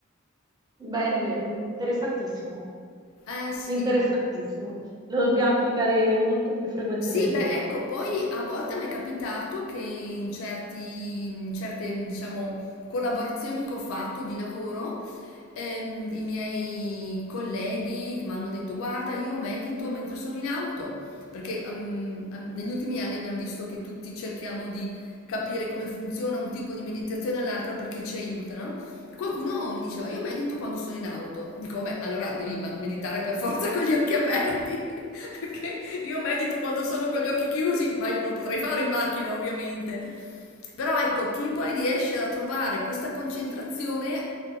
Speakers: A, on the right; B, on the left.
A: Bene, interessantissimo,
B: Eh sì,
A: interessantissimo. Lo dobbiamo applicare molto più frequentemente.
B: Sì, beh, ecco, poi a volte mi è capitato che in certi, in certe, diciamo, collaborazioni che ho fatto di lavoro, ehm, i miei colleghi che mi hanno detto, guarda, io medito mentre sono in auto, perché ehm, ehm, negli ultimi anni abbiamo visto che tutti cerchiamo di capire come funziona un tipo di meditazione all'altra perché ci aiutano e qualcuno mi diceva, io medito quando sono in auto. Dico, vabbè, allora devi ma- meditare per forza con gli occhi aperti. <laughs> Perché io medito quando sono con gli occhi chiusi, ma io non potrei fare in macchina, ovviamente. Però ecco, chi poi riesce a trovare questa concentrazione